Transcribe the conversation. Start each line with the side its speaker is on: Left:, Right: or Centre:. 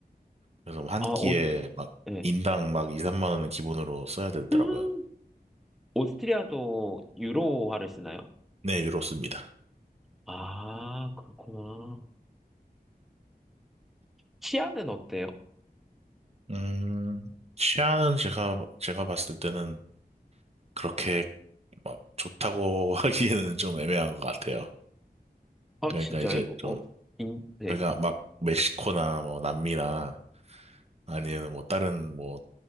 Right: 그래서 뭐 한
Centre: 아
Right: 끼에
Centre: 오스
Right: 막
Centre: 예.
Right: 인당 막 2, 3만 원은 기본으로 써야 되더라고요.
Centre: 음, 오스트리아도 유로화를 쓰나요?
Right: 네, 유로 씁니다.
Centre: 아 그렇구나. 치아는 어때요?
Right: 음, 치아는 제가, 제가 봤을 때는 그렇게 막 좋다고 <laughs> 하기에는 좀 애매한 것 같아요.
Centre: 아
Right: 그러니까
Centre: 진짜요?
Right: 이제 좀,
Centre: 어, 어, 인, 네.
Right: 그러니까 막 멕시코나 뭐 남미나 아니면 뭐 다른 뭐